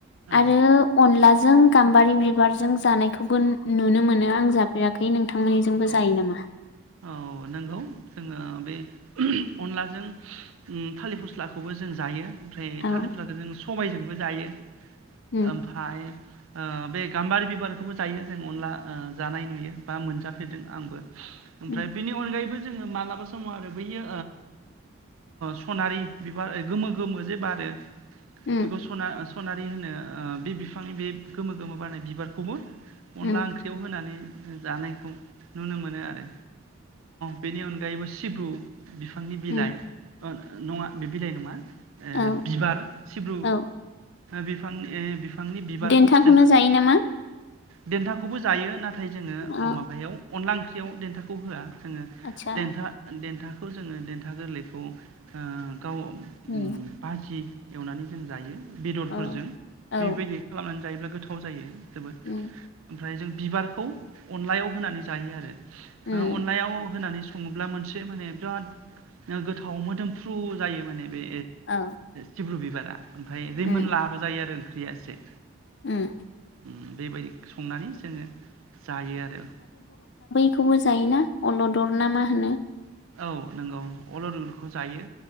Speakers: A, on the right (about 75°); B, on the left (about 55°).
A: औ
B: आरो अनलाजों। जों गाम्बारि बिबारजों जानायखौबो नुनो मोनो आं जाफेराखै नों। थांनायजोंबो
A: औ
B: जायो नामा।
A: औ नंगौ जोंङो बे अनलाजों थालिर फस्लाखौबो जों जायो। ओमफ्राय
B: औ
A: थालिर फस्लाखौ जों सबायजोंबो जायो
B: उम
A: ओमफ्राय। बे गाम्बारि बिबारखौबो जायो जों अनला जानाय नुयो बा मोनजाफेरदों आंबो। ओमफ्राय
B: उम
A: बेनि अनगायैबो जोंङो मालाबा समाव आरो बैयो। सनारि बिबार गोमो गोमो जे बारो।
B: उम
A: बेखौ सना सनारि होनो बे बिफांनि बे गोमो गोमो बारनाय बिबारखौबो। अनला
B: उम
A: ओंख्रियाव होनानै जानायखौ नुनो मोनो आरो। बेनि अनगायैबो सिब्रु बिफांनि बिलाय।
B: उम
A: नङा बे बिलाइ नङा
B: औ
A: बिबार सिब्रु।
B: औ
A: बिफां बिफांनि बिबारखौबो
B: देन्थाखौनो
A: जोंङो
B: जायो नामा?
A: देन्थाखौबो जायो नाथाय। नाथाय जोंङो
B: अ
A: माबायाव अनला ओंख्रियाव देन्थाखौ होनाय
B: आतसा
A: जाया। बेखौ जोंङो देन्था गोरलैखौ गाव।
B: उम
A: <inaudible> एवनानै जों जायो बेदरफोरजों
B: औ
A: बेबायदि
B: औ
A: खालामनानै जायोब्ला गोथाव जायो। जोबोद
B: उम
A: ओमफ्राय जों बिबारखौ अनलायाव होनानै जायो आरो।
B: उम
A: अनलायाव होनानै। सङोब्ला मोनसे माने बिराद नो गोथाव मोदोमफ्रु जायो माने बे
B: औ
A: सिब्रु बिबारा ओमफ्राय रैमोनलाबो
B: उम
A: जायो आरो ओंख्रिया एसे
B: उम।
A: उम बेबायदि संनानै जोङो जायो आरो।
B: बेखौबो जायोना अल'दर ना मा होनो
A: औ नंगौ अल'दरखौ जायो